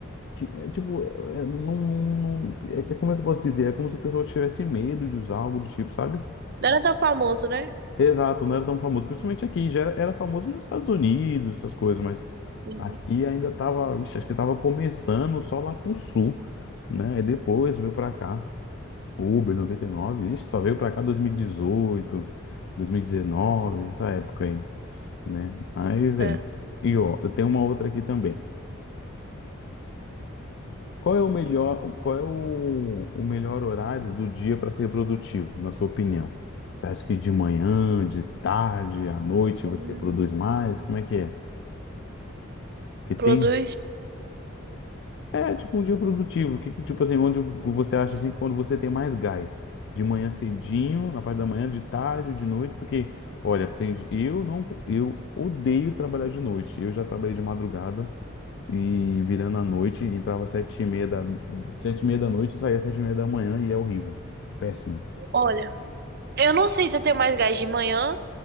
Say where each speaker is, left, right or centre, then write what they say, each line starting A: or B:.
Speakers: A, on the left; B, on the right.
A: Ti- é, Tipo, é, é, não, não, não- é, é como é que eu posso dizer? É como se o pessoal tivesse medo de usar algo do tipo, sabe?
B: Não era tão famoso, né?
A: Exato, não era tão famoso. Principalmente aqui, já era, era famoso nos Estados Unidos, essas coisas, mas
B: Sim.
A: aqui ainda tava, vixe, acho que tava começando só lá pro sul, né? E depois veio pra cá, Uber 99 ixi, só veio pra cá dois dois mil mil e dezoito dois mil e 2019, essa época aí, né? Mas é
B: É.
A: isso. E ó, eu tenho uma outra aqui também. Qual é o melhor, qual é o, o melhor horário do dia para ser produtivo, na sua opinião? Você acha que de manhã, de tarde, à noite
B: Hum,
A: você produz mais? Como é que é? Que tem
B: Produz.
A: é tipo um dia produtivo. Que que, tipo assim, onde você acha assim quando você tem mais gás? De manhã cedinho, na parte da manhã, de tarde, de noite, porque olha, tem, eu não eu odeio trabalhar de noite. Eu já trabalhei de madrugada e virando à noite, entrava sete e meia da, sete e meia da noite, saía sete e meia da manhã e é horrível. Péssimo.
B: Olha, eu não sei se eu tenho mais gás de manhã